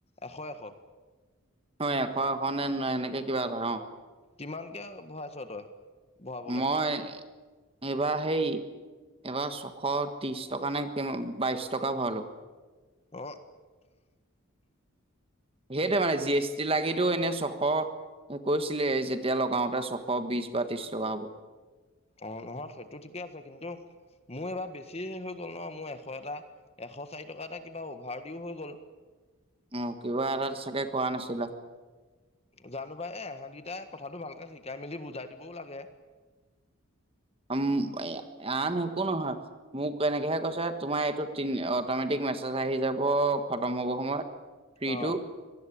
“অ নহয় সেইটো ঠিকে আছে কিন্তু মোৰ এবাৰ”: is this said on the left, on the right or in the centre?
Left